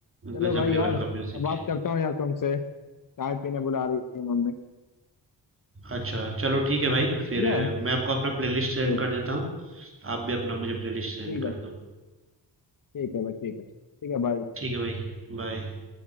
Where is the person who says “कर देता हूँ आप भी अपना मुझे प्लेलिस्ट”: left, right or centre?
Right